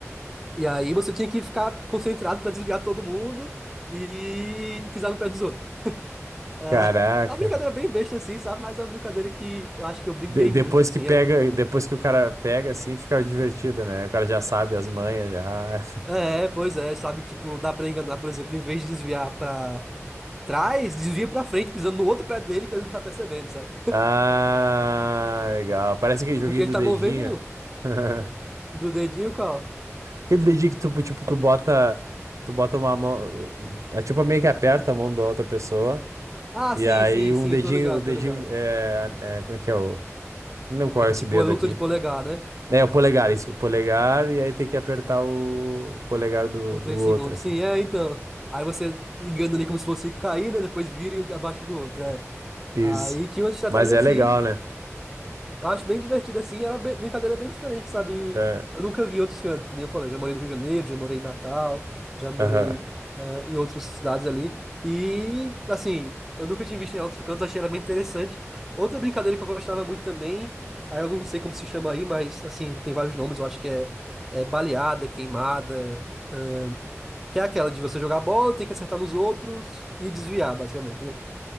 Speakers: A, in the centre; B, on the right (about 85°).
A: E aí você tinha que ficar concentrado pra desviar todo mundo e pisar no pé dos outros. Ah,
B: <laughs> caraca.
A: é uma brincadeira bem besta assim, sabe? Mas é uma brincadeira que eu acho que eu brinquei
B: De- depois
A: muito assim,
B: que pega,
A: era um-
B: depois que o cara pega, assim, fica divertido, né? O cara já sabe as manhas, já.
A: é, pois é, sabe? Tipo, dá pra enganar, por exemplo, em vez de desviar pra trás, desvia pra frente, pisando no outro pé dele que ele não tá percebendo, sabe?
B: Ah, legal. Parece aquele joguinho
A: Porque ele
B: do
A: tá
B: dedinho.
A: movendo
B: <laughs>
A: um do dedinho qual?
B: Aquele dedinho que tu, tipo, tu bota, tu bota uma mão, é, tipo, meio que aperta a mão da outra pessoa.
A: Ah,
B: E
A: sim,
B: aí
A: sim,
B: um
A: sim,
B: dedinho,
A: eu tô ligado,
B: o dedinho,
A: tô ligado.
B: é, é, como é que é o, não lembro qual
A: É
B: é
A: que
B: esse
A: tipo,
B: dedo
A: é luta
B: aqui.
A: de polegar, né?
B: É, o polegar, isso, o polegar, e aí tem que apertar o, o polegar do,
A: Por
B: do
A: três
B: outro,
A: segundos.
B: assim.
A: Sim, é, então. Aí você engana ali como se fosse cair, né? Depois vira e abaixo do outro, é.
B: Isso.
A: Aí tinha uma estratégia
B: Mas é
A: assim,
B: legal, né?
A: Eu acho bem divertido assim, era bem- brincadeira bem diferente, sabe? E
B: É,
A: Eu nunca vi em outros cantos, que nem eu falei, já morei no Rio de Janeiro, já morei em Natal, já morei
B: aham.
A: ah, em outras cidades ali. E, assim, eu nunca tinha visto em outros cantos, achei ela bem interessante. Outra brincadeira que eu gostava muito também, aí eu não sei como se chama aí, mas, assim, tem vários nomes, eu acho que é, é baleada, queimada, ah, que é aquela de você jogar bola, tem que acertar nos outros e desviar, basicamente, né?